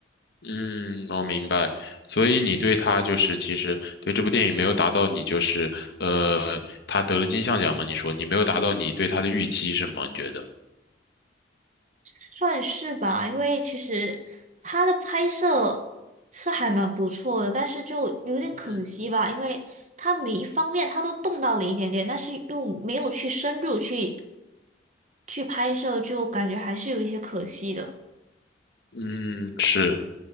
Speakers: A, on the left; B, on the right.
A: 嗯，我明白。所以你对他就是，其实对这部电影没有达到你就是，呃，他得了金像奖嘛？你说你没有达到你对他的预期是吗？你觉得？
B: 算是吧，因为其实它的拍摄是还蛮不错的，但是就有点可惜吧，
A: 嗯
B: 因为它每一方面它都动到了一点点，但是又没有去深入去去拍摄，就感觉还是有一些可惜的。
A: 嗯，是。